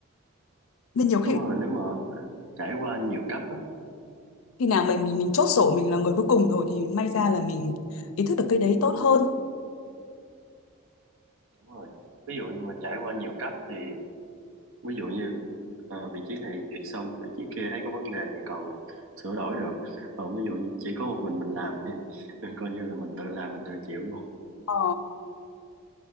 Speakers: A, on the left (about 85°); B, on the right (about 80°).
A: nên nhiều
B: đúng
A: khi
B: rồi nếu mà trải qua nhiều cấp á
A: khi nào mình mình mình chốt sổ mình là người cuối cùng rồi thì may ra là mình ý thức được cái đấy tốt hơn
B: Đúng rồi. Ví dụ như mà trải qua nhiều cấp thì ví dụ như ờ, vị trí này duyệt xong vị trí kia thấy có vấn đề thì còn sửa đổi được. Còn ví dụ như chỉ có một mình mình làm thì <laughs> coi như là mình tự làm mình tự chịu luôn.
A: ờ,